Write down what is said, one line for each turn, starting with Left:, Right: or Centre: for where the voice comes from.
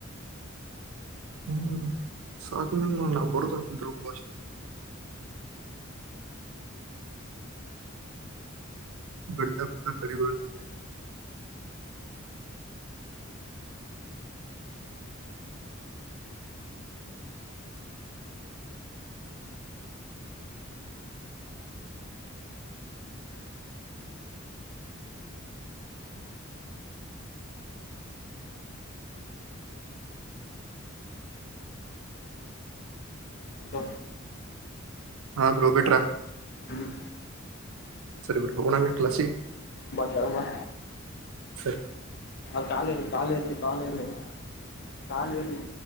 Right: ಹ್ಮ್ ಸಾಕ <unintelligible> ಭಾಷೆ. ಬರ್ತಾ <unintelligible>
Left: ಹಲೋ
Right: ಹಾ ಬ್ರೊ ಬಿಟ್ರ.
Left: ಹ್ಮ್
Right: ಸರಿ ಬಿಡು ಹೋಗೋಣ ಕ್ಲಾಸಿಗೆ.
Left: ಬಾ ಕೆಳ್ಗ ಬಾ.
Right: ಸರಿ.
Left: ಅಲ್ಲಿ ಕಾಲ್ ಇರಲಿ ಕಾಲ್ ಇರಲಿ ಕಾಲ್ ಇರಲಿ.